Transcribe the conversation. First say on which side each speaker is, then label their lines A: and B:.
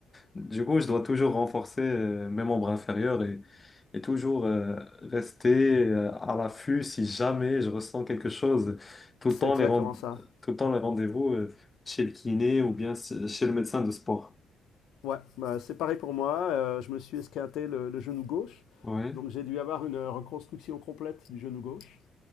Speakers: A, on the left; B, on the left.
A: du coup, je dois toujours renforcer euh, mes membres inférieurs et, et toujours euh, rester euh, à l'affût si jamais je ressens quelque chose. Tout
B: C'est
A: le temps
B: exactement
A: les, ren-
B: ça.
A: tout le temps les rendez-vous euh, chez le kiné ou bien c- chez le médecin de sport.
B: Ouais, bah, c'est pareil pour moi, euh, je me suis esquinté le, le genou gauche,
A: Oui.
B: donc j'ai dû avoir une euh, reconstruction complète du genou gauche.